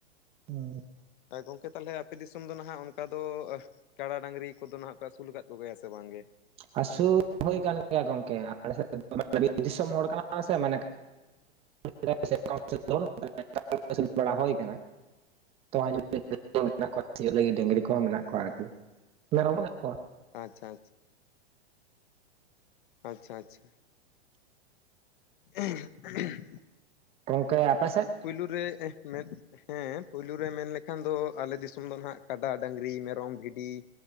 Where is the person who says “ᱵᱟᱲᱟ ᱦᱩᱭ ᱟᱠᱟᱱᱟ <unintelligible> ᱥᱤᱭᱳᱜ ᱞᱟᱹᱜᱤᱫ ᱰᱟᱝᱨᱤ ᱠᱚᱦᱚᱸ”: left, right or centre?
Right